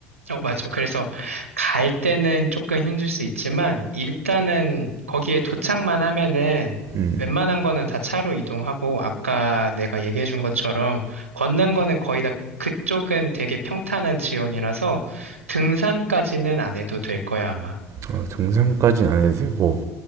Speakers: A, on the right; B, on the right.
A: 어, 맞아. 그래서 갈 때는 조금 힘들 수 있지만, 일단은 거기에 도착만 하면은
B: 음
A: 웬만한 거는 다 차로 이동하고, 아까 내가 얘기해 준 것처럼 걷는 거는 거의 다 그쪽은 되게 평탄한 지역이라서 등산까지는 안 해도 될 거야, 아마.
B: 어, 등산까지는 안 해도 되고